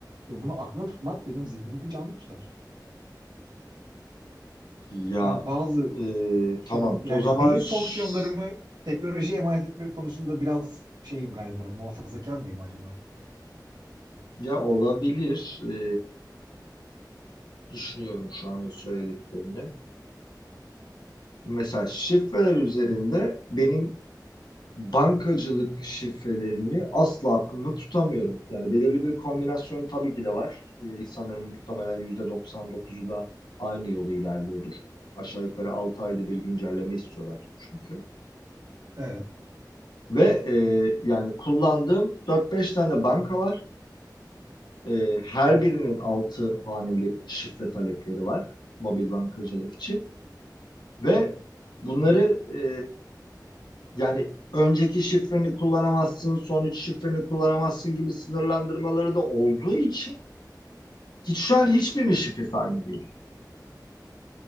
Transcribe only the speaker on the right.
Ve bunu aklımda tutmak benim zihnimi canlı tutar.
Ben bazı
sorum
yani
beyin
fonksiyonlarımı teknolojiye emanet etmek konusunda biraz şeyim galiba muhafazakar mıyım acaba?
Evet.